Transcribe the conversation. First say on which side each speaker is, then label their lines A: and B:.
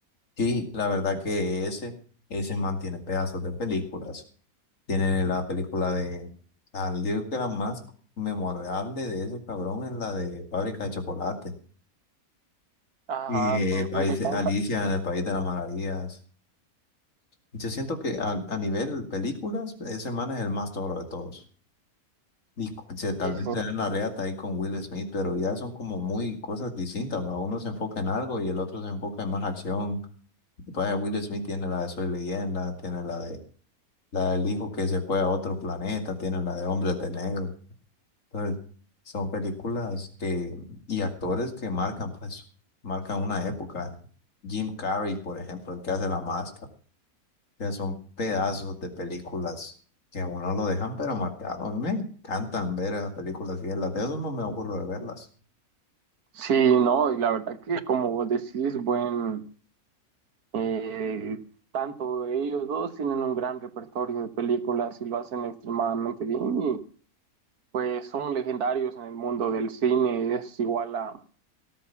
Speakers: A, on the left; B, on the right.
A: Sí, la verdad que ese, ese mantiene pedazos de películas. Tiene la película de, al digo que la más memorable de ese cabrón es la de Fábrica de Chocolate.
B: Ajá,
A: Eh,
B: con el
A: país,
B: Willy Wonka.
A: Alicia en el País de las Maravillas. Yo siento que a, a nivel películas, ese man es el más toro de todos. Y cu- se- tal
B: Sí,
A: vez
B: sí.
A: le dan la reata ahí con Will Smith, pero ya son como muy cosas distintas, ¿va? Uno se enfoca en algo y el otro se enfoca en más acción. Y pues, Will Smith tiene la de Soy Leyenda, tiene la de la del hijo que se fue a otro planeta, tiene la de Hombres de Negro. Entonces, son películas que, y actores que marcan, pues, marcan una época. Jim Carrey, por ejemplo, el que hace La Máscara sea, son pedazos de películas que a uno lo dejan pero marcado. A mí Me encantan ver las películas y las de eso no me ocurre de verlas.
B: Sí, no, y la verdad que como vos decís, buen, Eh, tanto ellos dos tienen un gran repertorio de películas y lo hacen extremadamente bien y pues son legendarios en el mundo del cine. Es igual a,